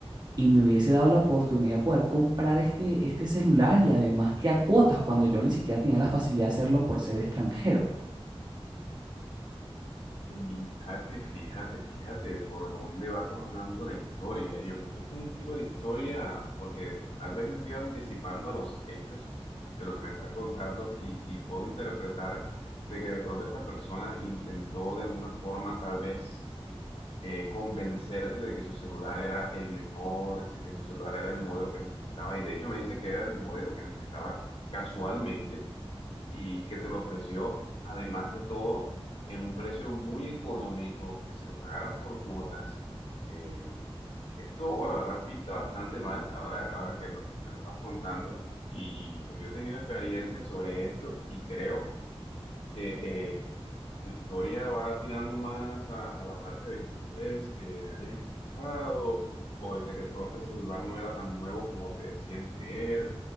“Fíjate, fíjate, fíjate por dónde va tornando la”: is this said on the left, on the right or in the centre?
Left